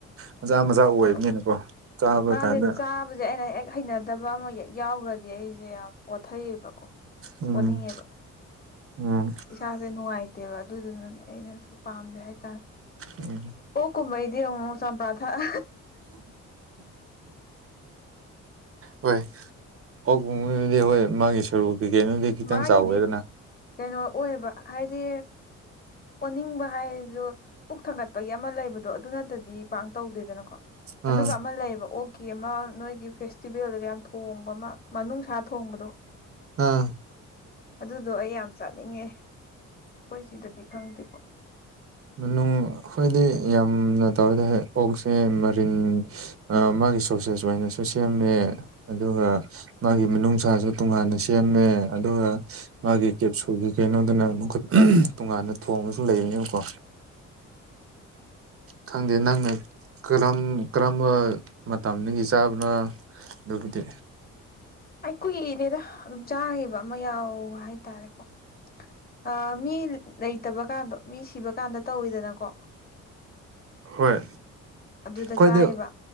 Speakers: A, on the right; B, on the left.
A: ꯃꯖꯥ ꯃꯖꯥ ꯑꯣꯏꯕꯅꯤꯅꯀꯣ
B: ꯑꯗꯨ
A: ꯆꯥꯕ
B: ꯃꯥꯁꯦ
A: ꯀꯥꯟꯗ
B: ꯆꯥꯕꯁꯦ ꯑꯩꯅ ꯍꯦꯛ ꯍꯩꯅꯗꯕ ꯑꯃ ꯍꯦꯛ ꯌꯥꯎꯈ꯭ꯔꯗꯤ ꯑꯩꯁꯦ ꯌꯥꯝ ꯑꯣꯠꯊꯩꯑꯦꯕꯀꯣ
A: ꯎꯝ
B: ꯑꯣꯅꯤꯡꯉꯦꯕ
A: ꯎꯝ
B: ꯏꯁꯥꯁꯦ ꯅꯨꯡꯉꯥꯏꯇꯦꯕ ꯑꯗꯨꯗꯨꯅꯅꯦ ꯑꯩꯅꯖꯨ ꯄꯥꯝꯗꯦ ꯍꯥꯏꯇꯥꯔꯦ
A: ꯎꯝ
B: ꯑꯣꯛ ꯀꯨꯝꯕꯩꯗꯤ ꯑꯃꯨꯛ ꯆꯝꯄꯥ ꯊꯛꯑ
A: ꯍꯣꯏ ꯑꯣꯛꯀꯨꯝꯕꯗꯨꯗꯤ ꯍꯣꯏ ꯃꯥꯒꯤ ꯁꯔꯨ ꯀꯩꯀꯩꯅꯣꯗꯤ ꯈꯤꯇꯪ
B: ꯃꯥꯒꯤꯗꯤ
A: ꯆꯥꯎꯋꯦꯗꯅ
B: ꯀꯩꯅꯣ ꯑꯣꯏꯑꯦꯕ ꯍꯥꯏꯗꯤ ꯑꯣꯅꯤꯡꯕ ꯍꯥꯏꯔꯖꯨ ꯄꯨꯛ ꯊꯪꯒꯠꯄꯒꯤ ꯑꯃ ꯂꯩꯕꯗꯣ ꯑꯗꯨ ꯅꯠꯇꯗꯤ ꯄꯥꯛꯅ ꯇꯧꯗꯦꯗꯅꯀꯣ
A: ꯑꯥ
B: ꯑꯗꯨꯒ ꯑꯃ ꯂꯩꯌꯦꯕ ꯑꯣ ꯑꯣꯛꯀꯤ ꯑꯃ ꯅꯣꯏꯒꯤ ꯐꯦꯁꯇꯤꯚꯦꯜꯗꯒ ꯌꯥꯝ ꯊꯣꯡꯕ ꯑꯃ ꯃꯅꯨꯡꯁꯥ ꯊꯣꯡꯕꯗꯣ
A: ꯑꯥ
B: ꯑꯗꯨꯗꯣ ꯑꯩ ꯌꯥꯝ ꯆꯥꯅꯤꯡꯉꯦ ꯑꯩꯈꯣꯏ ꯁꯤꯗꯗꯤ ꯈꯪꯗꯦꯀꯣ
A: ꯃꯅꯨꯡ ꯑꯈꯣꯏꯗꯤ ꯌꯥꯝꯅ ꯇꯧꯗꯦꯍꯦ ꯑꯣꯛꯁꯦ ꯃꯔꯤꯟ ꯑꯃ ꯃꯥꯒꯤ ꯁꯣꯁꯦꯁ ꯑꯣꯏꯅꯁꯨ ꯁꯦꯝꯃꯦ ꯑꯗꯨꯒ ꯃꯥꯒꯤ ꯃꯅꯨꯡꯁꯥꯁꯨ ꯇꯣꯉꯥꯟꯅ ꯁꯦꯝꯃꯦ ꯑꯗꯨꯒ ꯃꯥꯒꯤ ꯀꯦꯞꯁꯨꯜꯒꯤ ꯀꯩꯅꯣꯗꯨꯅ ꯑꯃꯨꯛꯀ ꯎꯝ ꯇꯣꯉꯥꯟꯅ ꯊꯣꯡꯉꯁꯨ ꯂꯩꯕꯅꯦꯀꯣ
B: <inaudible>
A: ꯈꯪꯗꯦ ꯅꯪꯅ ꯀꯔꯝ ꯀꯔꯝꯕ ꯃꯇꯝꯗꯒꯤ ꯆꯥꯕꯔꯥ ꯑꯗꯨꯕꯨꯗꯤ
B: ꯑꯩ ꯀꯨꯏꯔꯦꯗ ꯎꯝ ꯆꯥꯒꯤꯕ ꯑꯃ ꯌꯥꯎꯕ ꯍꯥꯏꯇꯥꯔꯦꯀꯣ ꯑꯥ ꯃꯤ ꯂꯩꯇꯕ ꯀꯥꯟꯗꯣ ꯃꯤ ꯁꯤꯕ ꯀꯥꯟꯗ ꯇꯧꯋꯤꯗꯅꯀꯣ
A: ꯍꯣꯏ
B: ꯑꯗꯨꯗ
A: ꯈꯣꯏꯗꯤ
B: ꯆꯥꯏꯌꯦꯕ